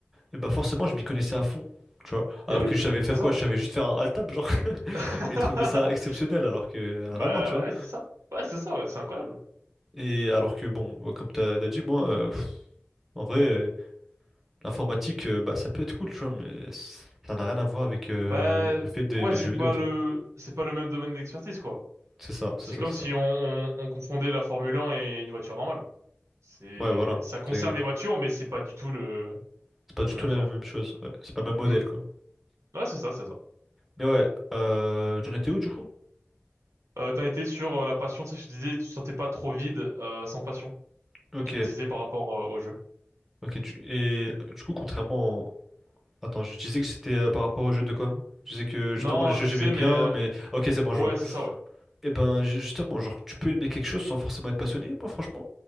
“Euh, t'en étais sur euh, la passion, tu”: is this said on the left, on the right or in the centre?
Right